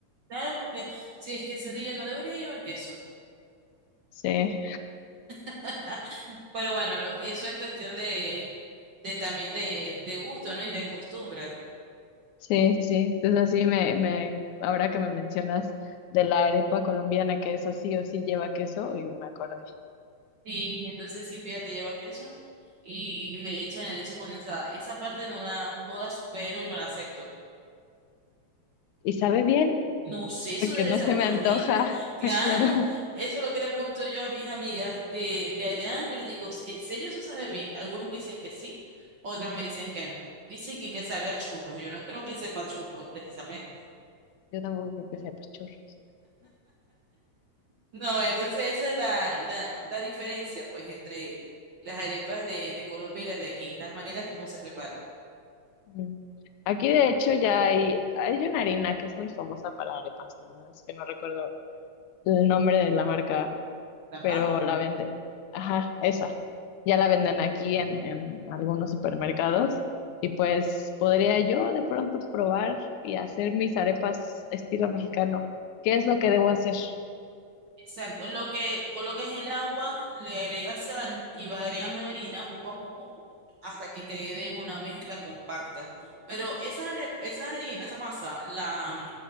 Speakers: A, on the right; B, on the left.
A: Claro, porque si es quesadilla no debería llevar queso.
B: Sí.
A: <laughs> Pero bueno, lo- eso es cuestión de, de también de, de gusto, ¿no? Y de costumbre.
B: Sí, sí, sí. Entonces así me, me, ahora que me mencionas de la arepa colombiana, que es así o sí lleva queso, y me acordé.
A: Sí, y entonces sí, fíjate, lleva queso y le echan la leche condensada. Esa parte no la, no la supero y no la acepto.
B: Y sabe bien,
A: No sé, eso
B: porque
A: debe
B: no
A: saber
B: se me
A: horrible.
B: antoja,
A: Claro,
B: <laughs> claro.
A: eso es lo que le pregunto yo a mis amigas de, de allá. Yo les digo, ¿en serio eso sabe bien? Algunas me dicen que sí, otras me dicen que no. Dicen que, que sabe a churros. Yo no creo que sepa churros, precisamente.
B: Yo tampoco creo que sepa churros.
A: No, entonces esa es la, la, la diferencia, pues, entre las arepas de, de Colombia y las de aquí, la manera como se preparan.
B: Mm. Aquí de hecho ya hay, hay una harina que es muy famosa para arepas, la verdad es que no recuerdo el nombre de la marca
A: ¿Tapa?
B: pero la venden, ajá, esa, ya la venden aquí en, en algunos supermercados y pues podría yo de pronto probar y hacer mis arepas estilo mexicano. ¿Qué es lo que debo hacer?
A: Exacto, lo que coloques el agua, le agregas sal y vas agregando la harina poco a poco hasta que quede una mezcla compacta. Pero esa, re- esa harina, esa masa, la, mm,